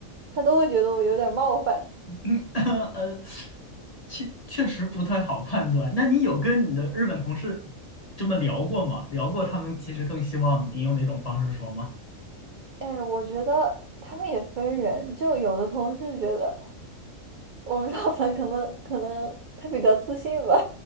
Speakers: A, on the right; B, on the left.
A: 他都会觉得我有点冒犯。
B: <laughs> 呃，确确实不太好判断。那你有跟你的日本同事这么聊过吗？聊过他们其实更希望你用哪种方式说吗？
A: 哎，我觉得他们也分人，就有的同事觉得，我不知道，反正可能可能他比较自信吧。